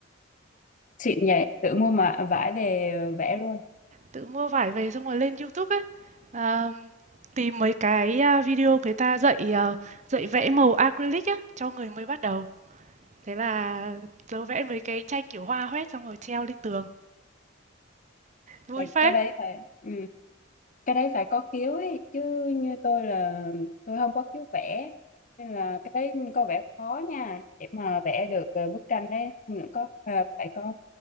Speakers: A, on the left; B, on the right.
A: xịn nhỉ tự mua mà à, vải về vẽ luôn
B: Tự mua vải về xong rồi lên YouTube ấy, à, tìm mấy cái, à, video người ta dạy, ờ, dạy vẽ màu acrylic á, cho người mới bắt đầu. Thế là tớ vẽ mấy cái tranh kiểu hoa hoét xong rồi treo lên tường, vui
A: Phải-
B: phết.
A: cái đấy phải ừ. cái đấy phải có khiếu ấy chứ như tôi là tôi không có khiếu vẽ nên là cái đấy có vẻ khó nha để mà vẽ được ờ, bức tranh đấy không những có à, phải có